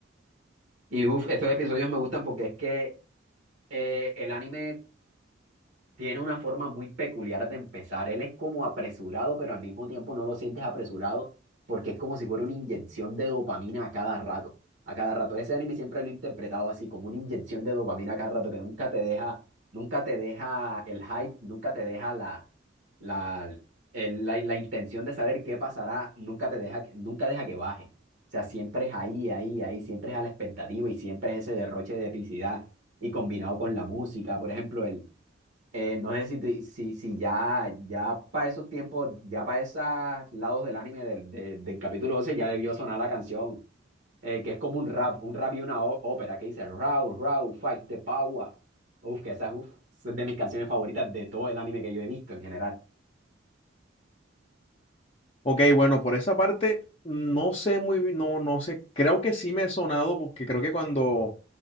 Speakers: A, on the right; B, on the left.
A: Y uff, estos episodios me gustan porque es que eh, el anime tiene una forma muy peculiar de empezar. Él es como apresurado, pero al mismo tiempo no lo sientes apresurado porque es como si fuera una inyección de dopamina a cada rato. A cada rato. Ese anime siempre lo he interpretado así, como una inyección de dopamina a cada rato que nunca te deja, nunca te deja el hype, nunca te deja la, la, el- la, la intención de saber qué pasará, nunca te deja, que- nunca deja que baje. O sea, siempre es ahí, ahí, ahí, siempre es a la expectativa y siempre es ese derroche de epicidad y combinado con la música. Por ejemplo, el, eh, no sé si, te- si, si ya, ya para esos tiempos, ya para esos lados del anime del, de- del capítulo 12 ya debió sonar la canción, eh, que es como un rap, un rap y una ó- ópera que dice Raw, Raw, Fight the Power. Uf, que esa es, uf, es de mis canciones favoritas de todo el anime que yo he visto en general.
B: Ok, bueno, por esa parte no sé muy bien, no, no sé, creo que sí me he sonado porque creo que cuando